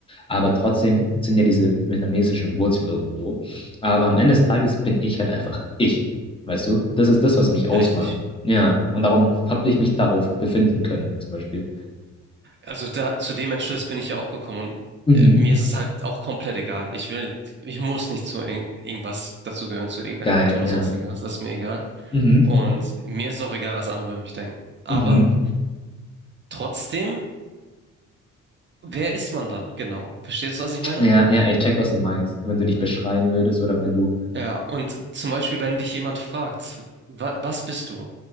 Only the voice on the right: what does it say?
Richtig.
Also da zu dem Entschluss bin ich ja auch gekommen und
äh, mir ist es halt auch komplett egal. Ich will, ich muss nicht zu irgend, irgendwas dazugehören, zu irgendeiner
Kultur oder
sonst irgendwas. Das ist mir egal.
Und mir ist auch egal, was andere über mich denken. Aber
trotzdem, wer ist man dann? Genau. Verstehst du, was ich meine?
Ja, und zum Beispiel, wenn dich jemand fragt, wa was bist du?